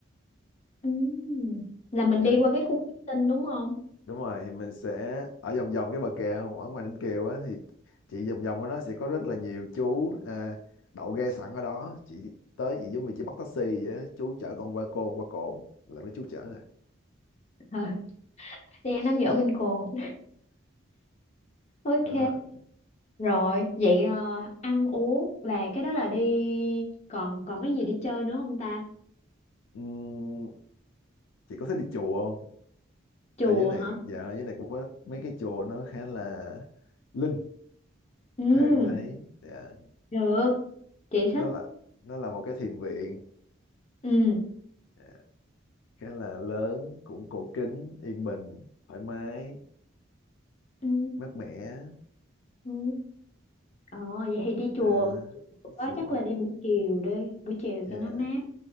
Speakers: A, on the left; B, on the left.
A: ừ là mình
B: Dạ,
A: đi qua cái khu tinh đúng không
B: đúng rồi thì mình sẽ ở vòng vòng cái bờ kè ở ngoài Ninh Kiều á thì chị vòng vòng ở đó sẽ có rất là nhiều chú à, đậu ghe sẵn ở đó chị tới chị giống như chị bắt taxi vậy á chú chở con qua cồn qua cồn là mấy chú chở nè
A: Ờ, <laughs> đi ăn nắm dở bên cồn <laughs> ok
B: Đó.
A: Rồi, vậy ờ, ăn uống là cái đó là đi còn còn cái gì đi chơi nữa không ta?
B: Ừm, chị có thích đi chùa không
A: Chùa
B: ở dưới này
A: hả?
B: dạ ở dưới này cũng có mấy cái chùa nó khá là linh
A: Ừ,
B: theo em thấy dạ.
A: được. Chị thích.
B: nó là nó là một cái thiền viện
A: Ừ.
B: Dạ, khá là lớn cũng cổ kính yên bình thoải mái
A: Ừ.
B: mát mẻ
A: Ừ. Ờ vậy thì đi chùa.
B: à,
A: Có
B: chùa
A: chắc là đi buổi chiều đi, buổi chiều
B: dạ.
A: cho nó mát.